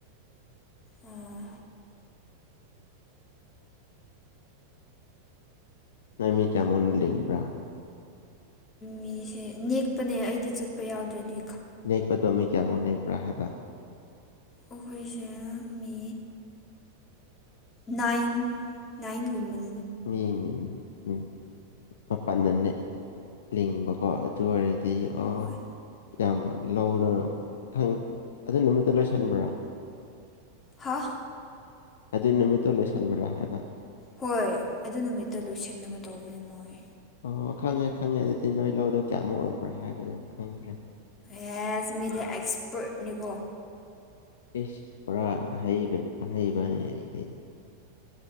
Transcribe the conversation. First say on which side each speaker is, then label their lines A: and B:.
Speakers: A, on the left (about 25°); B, on the left (about 60°).
A: ꯑꯣ
B: ꯅꯃꯤ ꯀꯦꯃꯣꯟ ꯂꯤꯡꯕ꯭ꯔꯥ
A: ꯃꯤꯁꯦ ꯅꯦꯛꯄꯅꯦ ꯑꯩꯗꯤ ꯆꯠꯄ ꯌꯥꯎꯗ꯭ꯔꯦꯗꯤ
B: ꯅꯀꯣꯗꯃꯤ ꯀꯃꯣ ꯅ ꯄ꯭ꯔꯥ ꯍꯥꯏꯕ
A: ꯑꯣꯈꯣꯏꯁ ꯃꯤ ꯅꯥꯏꯟ ꯅꯥꯏꯟꯒꯨꯝꯕꯜ
B: ꯎ ꯎꯝ ꯃꯄꯜꯅꯟꯅ ꯂꯤꯡꯕꯀꯣ ꯑꯗꯨ ꯑꯣꯏꯔꯗꯤ ꯑꯣ
A: ꯍꯣꯏ
B: ꯌꯥꯝ ꯂꯧꯗꯣꯏꯅꯣꯪ ꯑꯗꯨ ꯅꯨꯃꯤꯠꯇ ꯂꯣꯏꯁꯤꯟꯕ꯭ꯔꯥ
A: ꯍꯥ
B: ꯑꯗꯨꯏ ꯅꯨꯃꯤꯠꯇꯨ ꯂꯣꯏꯁꯤꯟꯕꯔꯥ ꯍꯥꯏꯕ
A: ꯍꯣꯏ ꯑꯗꯨ ꯅꯨꯃꯤꯠꯇ ꯂꯣꯏꯁꯤꯟꯅꯕ ꯇꯧꯕꯅꯦ ꯃꯣꯏ
B: ꯑꯣꯣꯏ ꯈꯪꯉꯦ ꯈꯪꯉꯦ ꯑꯗꯨꯗꯤ ꯅꯣꯏ ꯂꯧꯗꯣ ꯀꯌꯥꯃꯨꯛ ꯑꯣꯏꯕ꯭ꯔꯥ ꯍꯥꯏꯕꯗꯨꯅ ꯈꯪꯈ꯭ꯔꯦ
A: ꯌꯥꯁ ꯃꯦꯗꯤ ꯑꯦꯛꯁꯄꯔꯠꯅꯤꯀꯣ
B: ꯏꯁ ꯄꯔꯥ ꯑꯍꯩꯕꯅꯦꯗ